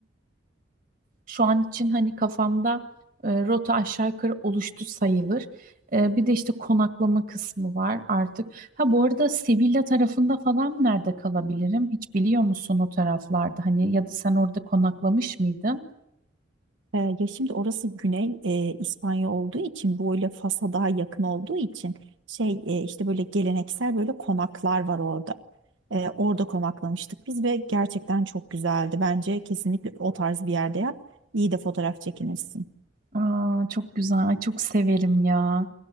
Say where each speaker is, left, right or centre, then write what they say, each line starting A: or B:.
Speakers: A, on the right (about 45°); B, on the right (about 80°).
A: Şu an için hani kafamda e, rota aşağı yukarı oluştu sayılır. E, bir de işte konaklama kısmı var artık. Ha bu arada Sevilla tarafında falan nerede kalabilirim? Hiç biliyor musun o taraflarda? Hani ya da sen orada konaklamış mıydın?
B: Ee, ya şimdi orası Güney e, İspanya olduğu için böyle Fas'a daha yakın olduğu için şey e, işte böyle geleneksel böyle konaklar var orada. Ee, orada konaklamıştık biz ve gerçekten çok güzeldi. Bence kesinlikle o tarz bir yerde yap. İyi de fotoğraf çekinirsin.
A: Aa, çok güzel. Ay, çok severim ya.